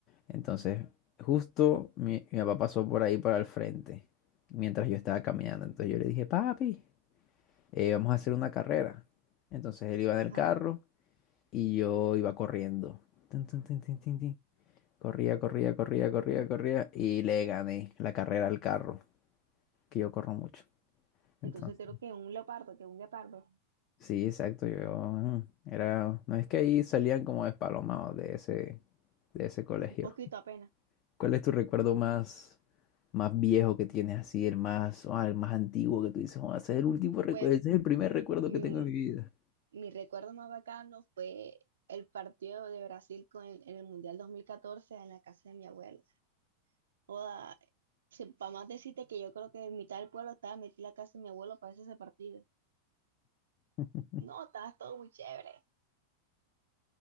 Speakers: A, on the left; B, on the right.
A: Entonces, justo mi, mi papá pasó por ahí para el frente mientras yo estaba caminando. Entonces yo le dije, papi, eh, vamos a hacer una carrera. Entonces él iba
B: Ajá.
A: en el carro y yo iba corriendo. Tun, tun, tun, tun, tun, tun. Corría, corría, corría, corría, corría y le gané la carrera al carro, que yo corro mucho. Entonces,
B: Entonces creo que un leopardo, que un guepardo,
A: sí, exacto, yo mm, era, no es que ahí salían como despalomados de ese, de ese colegio.
B: un poquito apenas.
A: ¿Cuál es tu recuerdo más, más viejo que tienes así, el más, ah, el más antiguo que tú dices, "Oh, ese es el último recuerdo,
B: Pues
A: ese es el primer recuerdo
B: mi,
A: que tengo en mi vida?
B: mi recuerdo más bacano fue el partido de Brasil con el- en el Mundial 2014 en la casa de mi abuelo. Joda, para más decirte que yo creo que en mitad del pueblo estaba metida la casa de mi abuelo para ese partido.
A: <laughs>
B: No, estaba todo muy chévere.